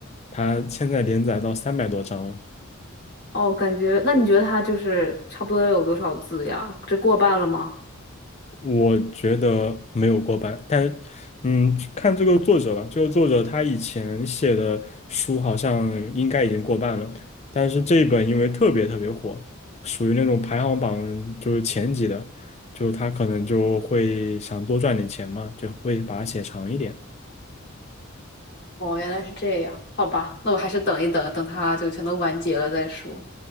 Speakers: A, on the left; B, on the left.
A: 他现在连载到三百多章了，
B: 哦，感觉那你觉得它就是差不多有多少字呀？这过半了吗？
A: 我觉得没有过半，但嗯，看这个作者吧，这个作者他以前写的书好像应该已经过半了，但是这一本因为特别特别火，属于那种排行榜就是前几的，就他可能就会想多赚点钱嘛，就会把它写长一点。
B: 哦，原来是这样，好吧，那我还是等一等，等它就全都完结了再说。